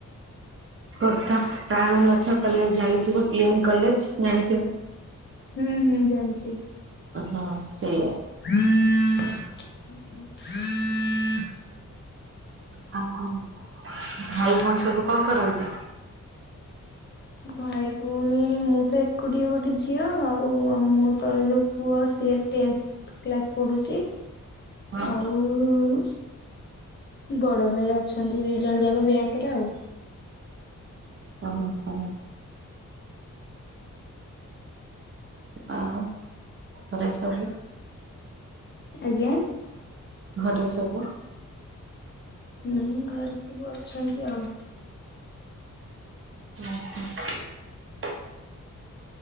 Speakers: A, on the right; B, on the left.
A: ଖୋର୍ଦ୍ଧା ପ୍ରାଣନାଥ କଲେଜ ଜାଣିଥିବ। ପିଏମ୍ କଲେଜ ଜାଣିଥିବ।
B: ହୁଁ ହୁଁ ଜାଣିଚି।
A: ହଁ ସେଇଆ।
B: ହୁଁ ହୁଁ।
A: ଭାଇ ଭଉଣୀ ସବୁ କଁ କରନ୍ତି?
B: ଭାଇ ଭଉଣୀ ମୁଁ ତ ଏକୁଟିଆ ଗୋଟେ ଝିଅ ଆଉ ମୋ ତଳେ ଯୋଉ ପୁଅ ସିଏ ଟେନଥ କ୍ଲାସ୍ ପଢୁଚି
A: ହଁ
B: ଆଉ ବଡ ଭାଇ ଅଛନ୍ତି ଦି ଜଣ ଯାକ ବ୍ୟାଙ୍କରେ ଆଉ।
A: ଅ ହୋ। ଆଉ <unintelligible> ସବୁ।
B: ଆଜ୍ଞା।
A: ଘରଟେ ସବୁ।
B: ହୁଁ ଘରେ ସବୁ ଅଛନ୍ତି ଆଉ।
A: ହୁଁ ହୁଁ।